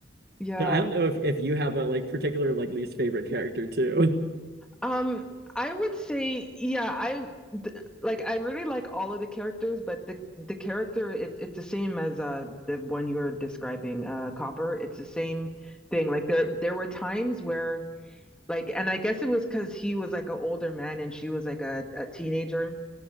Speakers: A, in the centre; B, on the right (about 60°).
A: Yeah.
B: But I don't know if if you have a like particular like least favorite character too.
A: Um, I would say, yeah, I th like I really like all of the characters, but the the character it, it's the same as uh the one you were describing, uh Copper. It's the same thing. Like there there were times where like and I guess it was because he was like an older man and she was like a, a teenager.